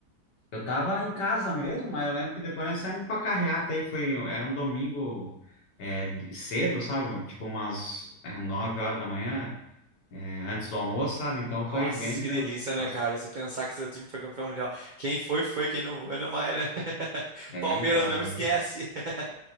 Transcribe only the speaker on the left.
Eu tava em casa mesmo, mas eu lembro que depois nós saímos pra carreata aí, foi, era um domingo é, de- cedo, sabe? Tipo umas é, 9 horas da manhã, é, antes do almoço, sabe? Então
foi bem legal.
Nossa,
é,
então agora